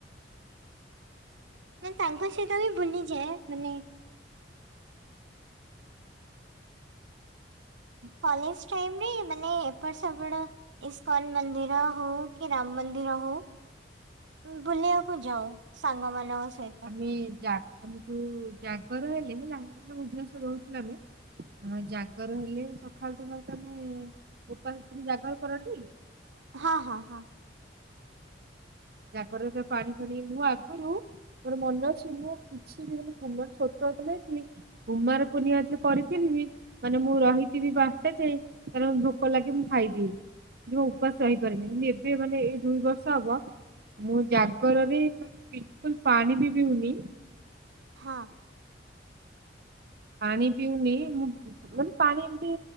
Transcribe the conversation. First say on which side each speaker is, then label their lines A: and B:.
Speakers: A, on the right; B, on the right.
A: ମେନ୍ ତାଙ୍କ ସହିତ ବି ବୁଲିଯାଏ ମାନେ କଲେଜ ଟାଇମରେ ମାନେ ଏପଟ ସେପଟ ଇସ୍କନ ମନ୍ଦିର ହଉ କି ରାମ ମନ୍ଦିର ହଉ ଉ ବୁଲିବାକୁ ଯାଉ ସାଙ୍ଗମାନଙ୍କ ସହିତ।
B: କି ଯାଜପୁରୁ ଜାଗର ହେଲେ ହେଲା <unintelligible> ଭୁବନେଶ୍ଵର ରହୁଥିଲୁ ଆମେ ହଁ ଜାଗର ହେଲେ ସକାଳୁ ସକାଳ ତମେ ଉପାସ ତମେ ଜାଗର କର ଟି?
A: ହଁ ହଁ ହ।
B: ଜାଗର ଏବେ ପାଣି ଫାଣି ମୁଁ ଆଗରୁ-ଉ-ଉ ମୋର ମନେ ଅଛି ମୁଁ କିଛି ବି ମାନେ ମୋର ଛୋଟ ହେଇଥିଲି କି କୁମାର ପୁର୍ଣ୍ଣିମା ଯେତେବେଳେ କରିଥିଲି ବି ମାନେ ମୁଁ ରହିଥିବି ବାରଟା ଯାଏ କାରଣ ଭୋକ ଲାଗେ ମୁଁ ଖାଇଦିଏ। ଜମା ଉପାସ ସହିପାରେନି କିନ୍ତୁ ଏବେ ମାନେ ଏଇ ଦୁଇ ବର୍ଷ ହବ ମୁଁ ଜାଗରରେ ମାନେ ବିଲକୁଲ ପାଣି ବି ପିଉନି
A: ହଁ।।
B: ପାଣି ପିଉନି ମୁଁ ମାନେ ପାଣି ଏମିତି